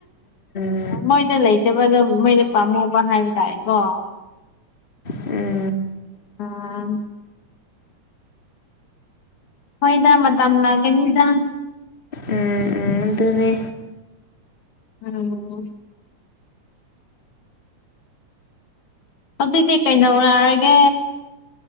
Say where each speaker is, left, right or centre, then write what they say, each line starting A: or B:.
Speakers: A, on the left; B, on the left.
A: ꯎꯝ
B: ꯃꯣꯏꯗ ꯂꯩꯇꯕꯗꯣ ꯃꯣꯏꯗ ꯄꯥꯝꯃꯨꯕ ꯍꯥꯏꯕ ꯇꯥꯔꯦꯀꯣ
A: ꯎꯝ
B: ꯑꯥ ꯍꯣꯏꯗ ꯃꯇꯝ ꯂꯥꯛꯀꯅꯤꯗ
A: ꯎꯝ ꯎꯝ ꯑꯦꯗꯅꯦ
B: ꯎꯝ ꯍꯧꯖꯤꯛꯇꯤ ꯀꯩꯅꯧꯔꯥꯛꯔꯒꯦ